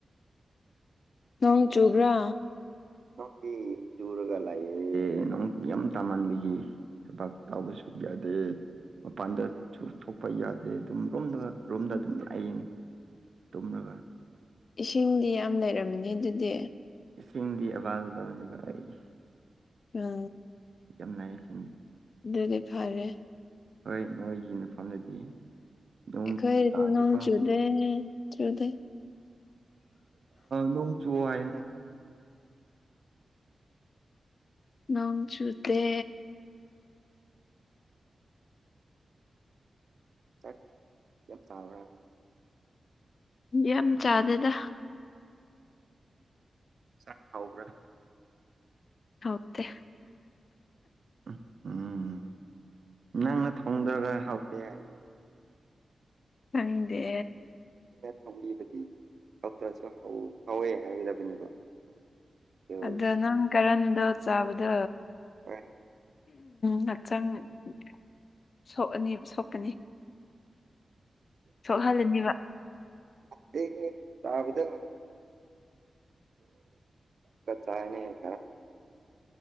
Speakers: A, on the left; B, on the right.
A: ꯅꯣꯡ ꯆꯨꯕ꯭ꯔꯥ
B: ꯅꯪꯗꯤ ꯆꯔꯒꯂꯌꯦ ꯅꯪ ꯌ ꯇ ꯃꯥꯟꯕꯤꯒꯤ ꯥꯛ ꯇ ꯑꯃꯕꯁ ꯌꯥꯗꯦ ꯃꯄꯥꯟꯗꯁꯨ ꯊꯣꯛꯄ ꯌꯥꯗꯦ ꯑꯗꯨꯝ ꯔꯣꯝꯗꯒ ꯔꯣꯝꯗ ꯑꯗꯨꯝ ꯂꯥꯛꯌꯦꯅꯦ ꯇꯨꯝꯂꯒ
A: ꯏꯁꯤꯡꯗꯤ ꯌꯥꯝ ꯂꯩꯔꯝꯃꯅꯤ ꯑꯗꯨꯗꯤ
B: ꯏꯁꯤꯡꯗꯤ ꯑꯕꯥꯜꯗꯅꯦꯕ ꯑꯩ
A: ꯑ
B: ꯌꯥꯝ ꯂꯥꯏ ꯏꯁꯤꯡꯗꯤ
A: ꯑꯗꯨꯗꯤ ꯐꯔꯦ
B: ꯍꯣꯏ ꯅꯣꯏꯣꯏꯒꯤ ꯃꯐꯝꯗꯗꯤ ꯅꯣꯡ
A: ꯈꯥꯏꯗꯤ
B: ꯇꯥꯗꯦꯀꯣ
A: ꯅꯣꯡ ꯆꯨꯗꯦ ꯆꯨꯗꯦ
B: ꯂꯣꯡ ꯆꯨꯑꯣ ꯍꯥꯏꯅꯦ
A: ꯅꯣꯡ ꯆꯨꯗꯦ
B: ꯆꯥꯛ ꯌꯥꯝ ꯆꯥꯎꯥꯕ꯭ꯔ
A: ꯌꯥꯝ ꯆꯥꯗꯗ
B: ꯆꯪ ꯍꯕ꯭ꯔꯥ
A: ꯍꯗꯦ
B: ꯎ ꯎꯝ ꯅꯪꯅ ꯊꯣꯡꯗꯒ ꯍꯥꯎꯇꯦ ꯍꯥꯏ
A: ꯀꯗꯦ
B: ꯑꯩꯅ ꯊꯝꯕꯤꯕꯗꯤ ꯐꯇ꯭ꯔꯁꯨ ꯍꯧꯋꯦ ꯍꯥꯏꯒꯗꯕꯅꯤꯀꯣ ꯑꯗꯨ
A: ꯑꯗꯣ ꯅꯪ ꯀꯔꯟꯗꯣ ꯆꯥꯕꯗꯣ
B: ꯍ
A: ꯉꯥꯛꯆꯥꯡꯣꯛꯑꯅꯤ ꯁꯣꯛꯀꯅꯤ ꯁꯣꯛꯍꯜꯂꯅꯤꯕ
B: ꯃꯦ ꯍꯥꯎꯗꯣ ꯇꯅꯦ